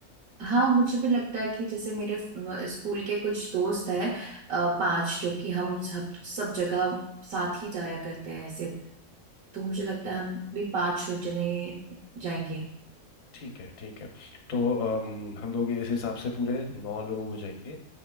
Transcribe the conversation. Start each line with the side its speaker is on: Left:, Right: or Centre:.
Right: हाँ मुझे भी लगता है कि जैसे मेरे फ- स्कूल के कुछ दोस्त हैं अ, पांच जो कि हम सब सब जगह साथ ही जाया करते हैं ऐसे तो मुझे लगता है हम भी पांच जने जाएंगे
Left: ठीक है ठीक है तो अम, हम लोग इस हिसाब से पूरे नौ लोग हो जाएंगे